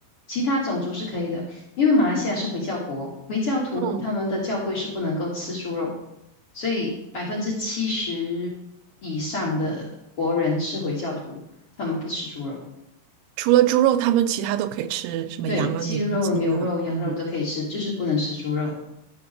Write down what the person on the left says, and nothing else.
其他种族是可以的，因为马来西亚是回教国，回教徒他们的教规是不能够吃猪肉，
所以百分之七十以上的国人是回教徒，他们不吃猪肉，
对，鸡肉、
牛肉、羊肉都可以吃，
就是不能吃猪肉。